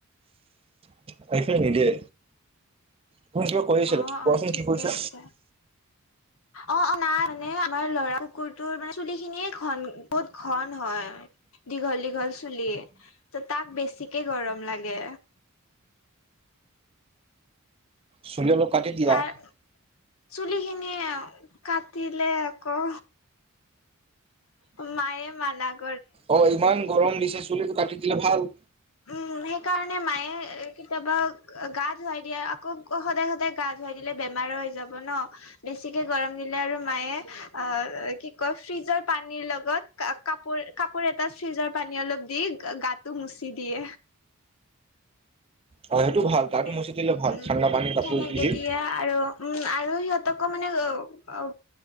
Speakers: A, on the right; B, on the left.
A: আ হিছিল নিদিয়ে, তুমি কিবা কৈ আছিলা
B: অ', অ',
A: কোৱাচোন
B: ঠিকে
A: কি কৈছা।
B: আছে অ', অ', নাই মানে আমাৰ লৰা কুকুৰটোৰ মানে চুলি খিনিয়ে ঘন বহুত ঘন হয় দীঘল দীঘল চুলি ত' তাক বেছিকে গৰম লাগে।
A: চুলি অলপ কাটি দিয়া।
B: তাৰ চুলি খিনি কাটিলে আকৌ মায়ে মানাক
A: অ' ইমান গৰম দিছে চুলিতটো কাটি দিলে ভাল।
B: উম সেইকাৰণে মায়ে কেতিয়াবা গা ধুৱাই দিয়ে আকৌ সদায় সদায় গা ধুৱাই দিলে বেমাৰো হৈ যাব ন'। বেছিকে গৰম নিলে আৰু মায়ে অ' কি কয় ফ্ৰিজৰ পানীৰ লগত কা-কাপোৰ কাপোৰ এটা ফ্ৰিজৰ পানী অলপ দি গা-গাটো মুচি দিয়ে।
A: হয় সেইটো ভাল
B: সেনে
A: তাতো মুচি দিলে ভাল
B: উম
A: ঠাণ্ডা পানী কাপোৰ
B: সেনেকে
A: <unintelligible>
B: দিয়ে আৰু উম আৰু সিহঁতকো মানে আও আও